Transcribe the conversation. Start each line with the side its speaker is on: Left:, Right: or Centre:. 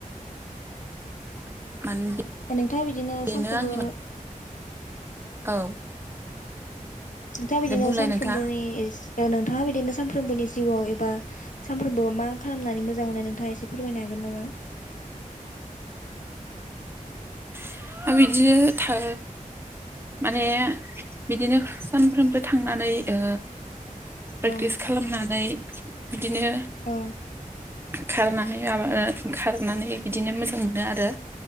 Right: <unintelligible>
Left: ओमफ्राय बिदिनो
Right: बेनो
Left: सानफ्रोमबो
Right: आंनि औ
Left: दा बिदिनो
Right: दे बुंलाय
Left: सानफ्रोमबोनि
Right: नोंथाङा
Left: इस नोंथाङा बिदिनो सानफ्रोमबोनि जिउआव एबा सानफ्रोमबो मा खालामनानै मोजां मोननाय नोंथाङा एसे फोरमायनो हागोन? ना
Right: <unintelligible> बिदिनो था माने बिदिनो सानफ्रोमबो थांनानै ओ प्रेकटिस
Left: औ
Right: खालामनानै बिदिनो
Left: औ
Right: खारनानै माबा ओ खारनानै बिदिनो मोजां मोनो आरो